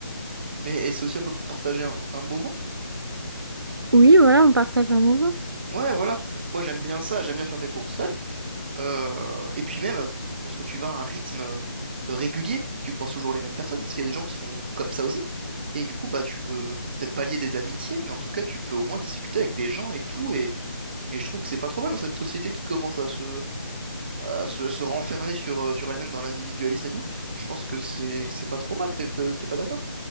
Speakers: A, on the right (about 25°); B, on the right (about 70°).
A: Mais et c'est aussi un peu pour partager un, un moment?
B: Oui, voilà, on partage un moment.
A: Ouais, voilà. Moi, j'aime bien ça. J'aime bien faire mes courses seul. Euh, et puis même, euh, lorsque tu vas à un rythme euh, euh, régulier, tu croises toujours les mêmes personnes, parce qu'il y a des gens qui font comme ça aussi. Et du coup, bah, tu peux peut-être pas lier des amitiés, mais en tout cas, tu peux au moins discuter avec des gens et tout. Et, et je trouve que c'est pas trop mal dans cette société qui commence à se, à se, se renfermer sur, euh, sur elle-même dans l'individualisme et tout. Je pense que c'est que c'est pas trop mal, t'es t'es- t'es pas d'accord?